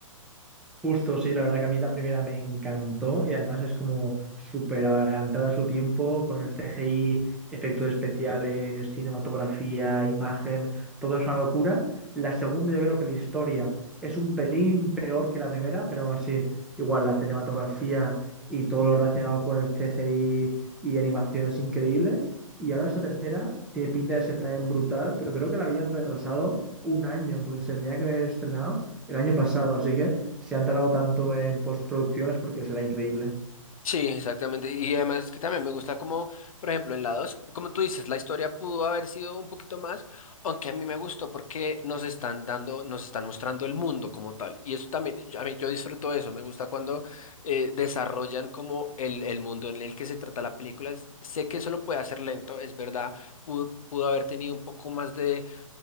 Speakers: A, in the centre; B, on the left.
A: Justo, sí, la verdad que a mí la primera me encantó y además es como súper adelantada a su tiempo con el CGI, efectos especiales, cinematografía, imagen, todo es una locura. La segunda yo creo que la historia es un pelín peor que la primera, pero aún así igual la cinematografía y todo lo relacionado con el CGI y animación es increíble. Y ahora esta tercera tiene pinta de ser también brutal, pero creo que la habían retrasado un año porque se tenía que haber estrenado el año pasado, así que se han tardado tanto en postproducción es porque será increíble.
B: Sí, exactamente. Y además es que también me gusta como, por ejemplo, en la 2, como tú dices, la historia pudo haber sido un poquito más, aunque a mí me gustó porque nos están dando, nos están mostrando el mundo como tal. Y eso también, yo, a mí, yo disfruto eso, me gusta cuando eh, desarrollan como el, el mundo en el que se trata la película. Sé que eso lo puede hacer lento, es verdad, pudo, pudo haber tenido un poco más de